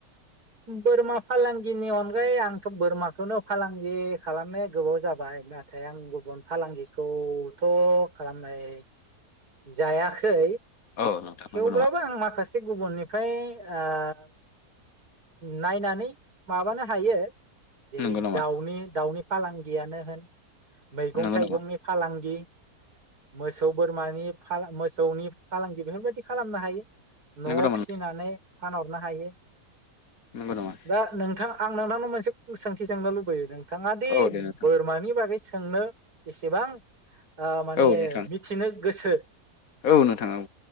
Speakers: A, on the right; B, on the left.
A: बोरमा फालांगिनि अनगायै आंथ' बोरमाखौनो फालांगि खालामनाया गोबाव जाबाय नाथाय आं गुबुन फालांगिखौथ' खालामनाय जायाखै।
B: औ नोंथां
A: थेवब्लाबो
B: नंगौ नामा
A: आं माखास से गुबुननिफ्राय ओ नायनानै माबानो हायो जेरै
B: नंगौ नामा
A: दाउनि दाउनि फालांगियानो होन मैगं
B: नंगौ
A: थाइगंनि
B: नामा
A: फालांगि मोसौ बोरमानि फालां मोसौनि फालांगि बेफोरबायदि खालामनो हायो। न'आव
B: नंगौ नामा
A: फिसिनानै
B: नोंथां
A: फानहरनो हायो।
B: नंगौ नामा
A: दा नोंथां। आं नोंथांनाव मोनसे कुइस सोंथि सोंनो लुबैयो दों।
B: औ दे नोंथां
A: बोरमानि बागै सोंनो बेसेबां माने
B: औ नोंथां
A: मिथिनो गोसो। थो
B: औ नोंथा औ।